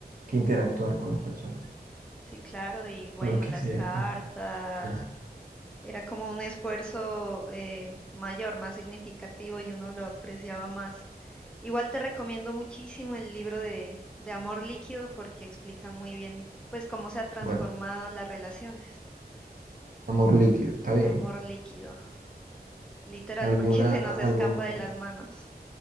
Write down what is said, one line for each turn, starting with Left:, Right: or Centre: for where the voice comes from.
Right: que interactuar con las personas,
Centre: sí, claro, y bueno,
Right: o lo que
Centre: las
Right: sea.
Centre: cartas.
Right: Ah,
Centre: Era como un esfuerzo eh, mayor, más significativo y uno lo apreciaba más. Igual te recomiendo muchísimo el libro de, de Amor Líquido porque explican muy bien pues cómo se ha transformado
Right: Bueno,
Centre: las relaciones.
Right: amor líquido, está bien.
Centre: Amor líquido, literal,
Right: ¿Alguna,
Centre: porque <laughs> se nos escapa
Right: algún... oh,
Centre: de las manos.